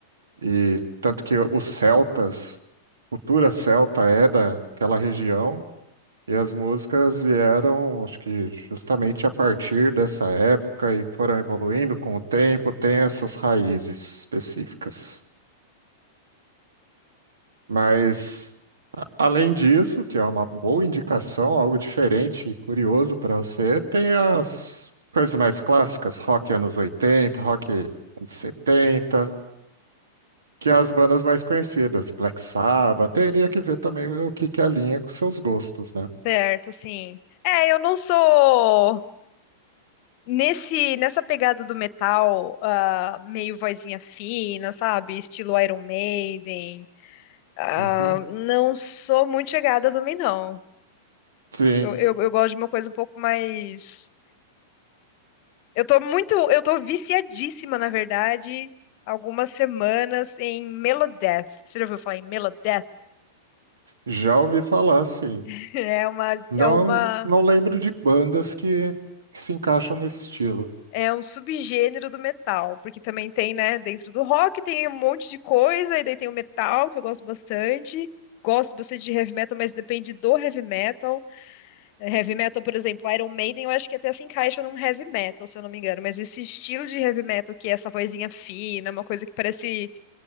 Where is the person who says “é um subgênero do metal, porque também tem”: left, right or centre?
Left